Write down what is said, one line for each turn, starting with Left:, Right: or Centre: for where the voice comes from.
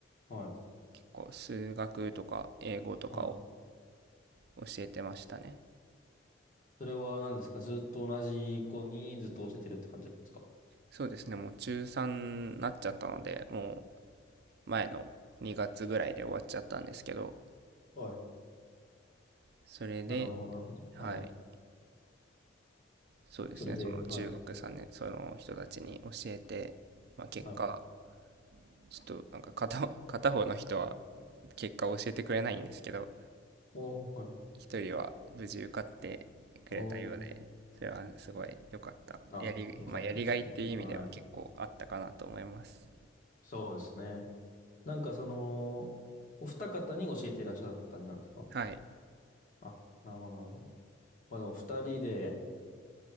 Left: はい。
Right: 結構数学とか英語とかを
Left: はい。
Right: 教えてましたね。
Left: それは何ですかずっと同じ子にずっと教えてるって感じなんですか
Right: そうですね、もう中3になっちゃったので、もう前の2月ぐらいで終わっちゃったんですけど、
Left: はい。
Right: それで、
Left: なるほど、なるほど。
Right: はい、
Left: はい。
Right: そうですね、
Left: それで、
Right: その中学さんねんその人たちに教えて、
Left: はい。
Right: まあ、結果、
Left: はい。
Right: ちょっとなんか片、<laughs> 片方の人は結果を教えてくれないんですけど、
Left: おー、はい。
Right: 一人は無事受かってくれたようで、
Left: おー。
Right: それはすごい良かった。
Left: あ、
Right: やり、
Left: よかったですね。
Right: まあ、やりがいっていう意味では結構あったかなと思います。
Left: はい。そうですね。なんかその、お二方に教えていらっしゃった感じなんですか
Right: はい、
Left: あ、なるほど、なるほど。まあでも二人で